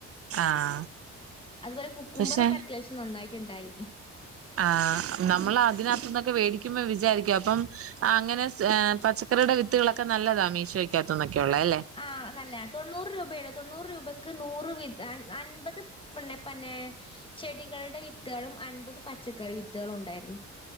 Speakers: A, on the right (about 50°); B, on the left (about 15°).
A: ആഹ്
B: അതുപോലെ കുക്കുമ്പറൊക്കെ
A: പക്ഷെ
B: അത്യാവശ്യം നന്നായിട്ടുണ്ടായി
A: ആഹ് നമ്മൾ അതിനകത്ത് നിന്നൊക്കെ മേടിക്കുമ്പോ വിചാരിക്കും അപ്പം ആഹ് അങ്ങനെ പച്ചക്കറിയുടെ വിത്തുകളൊക്കെ നല്ലതാ മീശോക്കാത്തന്നൊക്കെ ഉള്ളേ അല്ലെ
B: ആഹ് നല്ല തൊണ്ണൂറ് രൂപയുടെ തൊണ്ണൂറ് രൂപക്ക് നൂറ് വി അൻപത് <unintelligible> ചെടികളുടെ വിത്തുകളും അൻപത് പച്ചക്കറി വിത്തുകളും ഉണ്ടായിരുന്നു